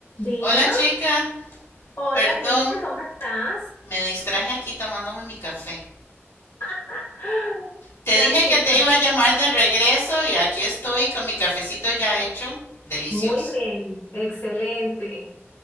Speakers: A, on the left; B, on the left.
A: Dina,
B: Hola chica,
A: hola
B: perdón,
A: Dina, ¿cómo estás?
B: me distraje aquí tomándome mi café.
A: <laughs>
B: Te
A: Tranquila,
B: dije que te iba a llamar de regreso y aquí estoy con mi cafecito ya hecho. Delicioso.
A: muy bien, excelente.